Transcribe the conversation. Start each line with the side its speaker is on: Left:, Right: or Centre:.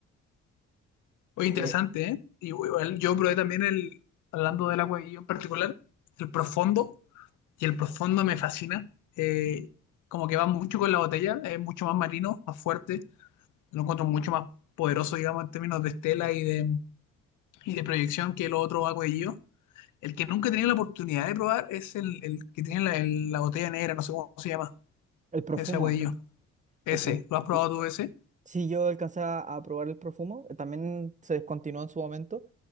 Left: Oye, interesante,
Right: Eh,
Left: ¿eh? Y, igual yo probé también el, hablando del agua y yo en particular, el profundo. Y el profundo me fascina. Eh, como que va mucho con la botella, es mucho más marino, más fuerte. Lo encuentro mucho más poderoso, digamos, en términos de estela y de, y de proyección que el otro agua y yo. El que nunca he tenido la oportunidad de probar es el, el que tiene la, el- la botella negra, no sé cómo se llama,
Right: el profumo,
Left: ese agua Ese,
Right: el pro-
Left: ¿lo has probado
Right: el-
Left: tú ese?
Right: sí yo alcancé a a probar el profumo, eh, también se descontinuó en su momento